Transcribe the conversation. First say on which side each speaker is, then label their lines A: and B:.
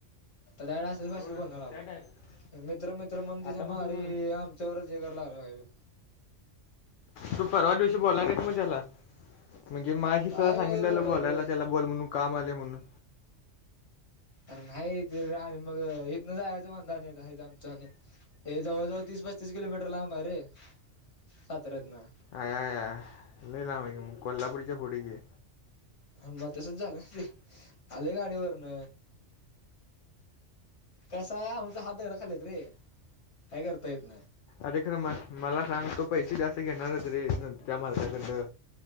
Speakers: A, on the left; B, on the left.
A: आता डायरेक्ट असच
B: हो
A: भाषेत बोलणार आबा.
B: त्या टाइम
A: मित्र मित्र म्हणून तच्या
B: आता मग
A: मारी
B: तुम्ही
A: आमच् यावरच हे करा लागला ह्यो.
B: तू पगार दिवशी बोला नाहिस म त्याला, म्हणजे मगाशी
A: काय
B: तुला सांगितलेलो
A: बोलायचं
B: बोलायला त्यला. बोल म्हणून काम आलय म्हणून.
A: आरं नाही, आणि मग इथनं जायचं वांद आणि हजं आमचं आणि हे जवळजवळ तीस पस्तीस किलोमीटर लांब हाय रे, साताऱ्यातनं.
B: आयायाया, लय लांब हाय की, कोल्हापूरच्या पुढं की.
A: हां मग तसंच झालं, आलोय गाडीवरन. कसाय आमचा हात दगडा खाली हाईत रे, काय करता येत नाही.
B: अरे खरं म मला सांग तू पैसे जास्त घेणारच रे, त्या मालकाकडंनं.